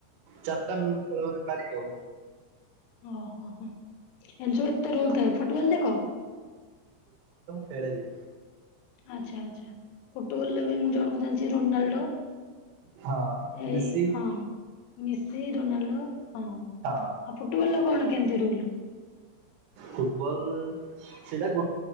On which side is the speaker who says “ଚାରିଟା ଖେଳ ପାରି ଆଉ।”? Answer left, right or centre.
Right